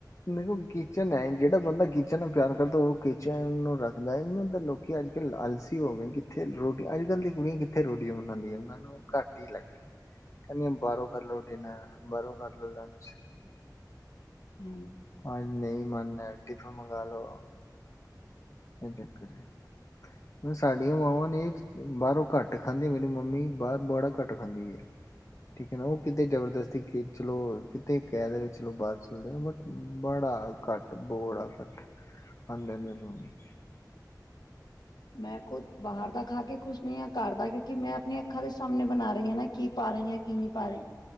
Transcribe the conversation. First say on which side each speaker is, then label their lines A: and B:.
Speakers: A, on the left; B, on the left.
A: ਦੇਖੋ, ਕਿਚਨ ਐ ਜਿਹੜਾ ਬੰਦਾ ਕਿਚਨ ਨਾਲ਼ ਪਿਆਰ ਕਰਦਾ ਉਹ ਕਿਚਨ ਨੂੰ ਰੱਖਦਾ ਇਹਨਾਂ ਦਾ ਲੋਕ ਕੀ ਅੱਜ-ਕੱਲ੍ਹ ਆਲਸੀ ਹੋ ਗਏ ਕਿੱਥੇ ਰੋਟੀ ਅੱਜ-ਕੱਲ੍ਹ ਦੀ ਕੁੜੀਆਂ ਕਿੱਥੇ ਰੋਟੀਆਂ ਬਣਾਂਦੀਆਂ ਨੇ। ਉਹਨਾਂ ਨੂੰ ਘੱਟ ਹੀ ਲੱਗਦੀ ਕਹਿੰਦੀ ਬਾਹਰੋਂ ਕਰ ਲਓ ਡਿਨਰ ਬਾਹਰੋਂ ਕਰਲੋ ਲੰਚ।
B: ਹਮ।
A: ਹਾਂ, ਨਹੀਂ ਮੰਨ ਏ ਟਿਫਿਨ ਮੰਗ ਲੋ। ਇਹ ਚੱਕਰ ਏ। ਹੁਣ ਸਾਡੀਆਂ ਮਾਵਾਂ ਨੇ ਬਾਹਰੋਂ ਘੱਟ ਖਾਂਦੀ। ਮੇਰੀ ਮੰਮੀ ਬਾਹਰ ਬੜਾ ਘੱਟ ਖਾਂਦੀ। ਠੀਕ ਐ ਨਾ। ਉਹ ਕਿਤੇ ਜ਼ਬਰਦਸਤੀ ਕਿ ਚਲੋ ਕਿਤੇ ਕਹਿ ਦੇਵੇ ਚਲੋ ਬਾਹਰ ਚੱਲਦੇ ਆ ਬਟ ਬੜਾ ਘੱਟ ਬੜਾ, ਘੱਟ ਖਾਂਦੇ ਨੇ ਮੇਰੀ ਮੰਮੀ।
B: ਮੈਂ ਖੁਦ ਬਾਹਰ ਦਾ ਖਾ ਕੇ ਖੁਸ਼ ਨਹੀਂ ਆ ਘਰ ਦਾ, ਕਿਉਕਿ ਮੈਂ ਆਪਣੀ ਅੱਖਾਂ ਦੇ ਸਾਹਮਣੇ ਬਣਾ ਰਹੀ ਹਾਂ। ਨਾ ਕੀ ਪਾ ਰਹੀ ਹਾਂ ਕੀ ਨਹੀਂ ਪਾ ਰਹੀ।